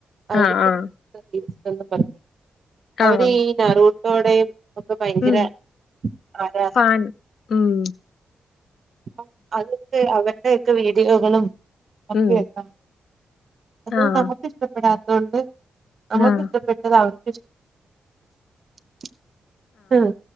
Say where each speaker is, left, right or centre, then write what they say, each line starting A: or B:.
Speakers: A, on the right (about 45°); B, on the left (about 70°).
A: അവരക്കെു
B: ആഹ് ആഹ്
A: <unintelligible> പറ അവര്
B: ആഹ്
A: ഈ നറൂട്ടോടെയും ഒക്കെ ഭയങ്കര
B: ഉം
A: ആരാ
B: പാൻ ഉം
A: അ അതൊക്കെ അവരുടെയൊക്കെ വീഡിയോകളും ഒക്കെയാക്കാം.
B: ഉം
A: അത്
B: ആഹ്
A: നമുക്ക് ഇഷ്ടപ്പെടാത്തത് കൊണ്ട് നമുക്ക്
B: ആഹ്
A: ഇഷ്ടപ്പെട്ടത് അവർക്ക് ഇഷ്ടപ്പെ <inaudible> ആഹ്